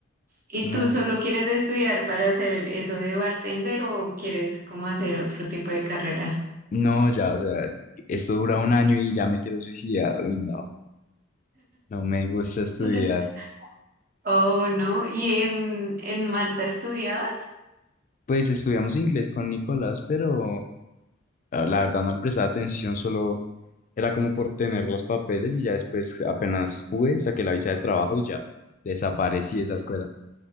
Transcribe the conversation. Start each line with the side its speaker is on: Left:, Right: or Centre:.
Right: ¿Y
Left: No.
Right: tú solo quieres estudiar para hacer eso de bartender o quieres como hacer otro tipo de carrera?
Left: No, ya, o sea, esto dura un año y ya me quiero suicidar. Uy, no, no me gusta estudiar.
Right: <laughs> Oh, no. ¿Y en, en Malta estudiabas?
Left: Pues estudiamos inglés con Nicolás, pero ah, la verdad no le prestaba atención, solo era como por tener los papeles y ya después apenas pude, saqué la visa de trabajo y ya desaparecí de esa escuela.